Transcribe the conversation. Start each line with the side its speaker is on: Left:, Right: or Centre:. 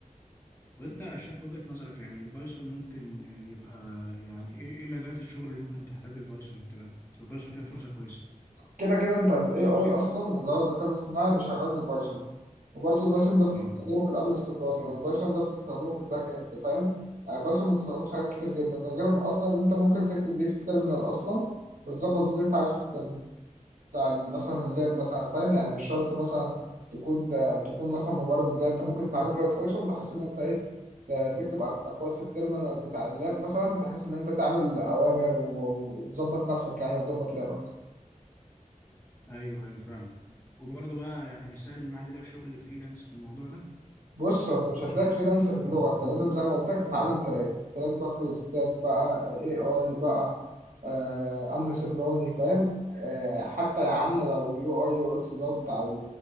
Left: وانت شايف وجهة نظرك يعني البايثون ممكن يبقى يعني ايه ايه مجالات الشغل اللي ممكن تحتاج البايثون تبقى تبقى البايثون فيها فرصة كويسة
Right: كده كده انت ال AI اصلا اللي هو الذكاء الاصطناعي بيشغل بالبايثون وبرضه البايثون ده بتستخدمه
Left: اه
Right: في الامن السيبراني والبايثون ده بتستخدمه في الباك اند فاهم يعني البايثون بتستخدمه في حاجات كتير جدا ده غير اصلا ان انت ممكن تكتب بيه في التيرمينال اصلا وتظبط بيه اللي انت عايزه في التيرمينال بتاع ال- مثلا اللاب مثلا فاهم يعني مش شرط مثلا تكون تكون مثلا مبرمج لا انت ممكن تتعلم شويه بايثون بحيث ان انت ايه تكتب اكواد في التيرمينال بتاع اللاب مثلا بحيث ان انت تعمل اوامر و- و- وتظبط نفسك يعني وتظبط لابك
Left: ايوه ايوه فاهم وبرضه بقى يعني سهل ان الواحد يلاقي شغل فريلانس في الموضوع ده
Right: بص هو انت مش هتلاقي فريلانس باللغه انت لازم زي ما قلت لك تتعلم تراك تراك بقى فول ستاك بقى اي اي بقى آه، امن سيبراني فاهم آه، حتى يا عم لو يو اي يو اكس اللي هو بتاع